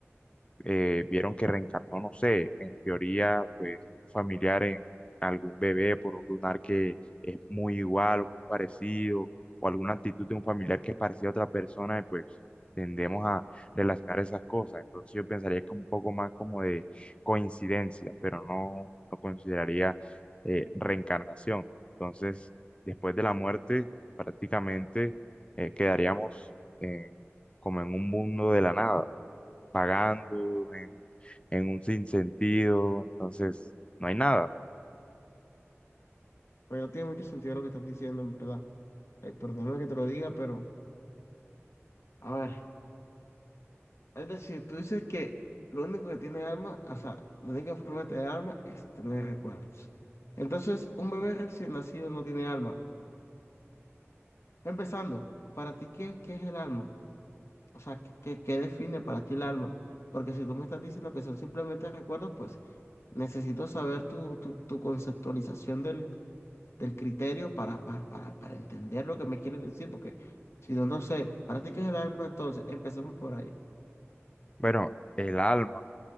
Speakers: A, on the left (about 25°); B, on the left (about 70°).
A: eh, vieron que reencarnó, no sé, en teoría, pues familiar en algún bebé por un lunar que es muy igual o muy parecido, o alguna actitud de un familiar que es parecido a otra persona, y pues tendemos a relacionar esas cosas. Entonces yo pensaría que un poco más como de coincidencia, pero no lo consideraría eh, reencarnación. Entonces, después de la muerte, prácticamente eh, quedaríamos eh, como en un mundo de la nada pagando en, en un sinsentido, entonces no hay nada.
B: Pues no tiene mucho sentido lo que estás diciendo, en verdad. ay perdóname que te lo diga, pero, a ver, es decir, tú dices que lo único que tiene alma, o sea, la única forma de tener alma es tener recuerdos. Entonces, un bebé recién nacido no tiene alma. Empezando, para ti, ¿qué, qué es el alma? O sea, ¿qué, qué- qué define para ti el alma? Porque si tú me estás diciendo que son simplemente recuerdos, pues necesito saber tu, tu, tu conceptualización del, del criterio para, pa- para, para entender lo que me quieres decir, porque si no, no sé, para ti, ¿qué es el alma entonces? Empecemos por ahí.
A: Bueno, el alma,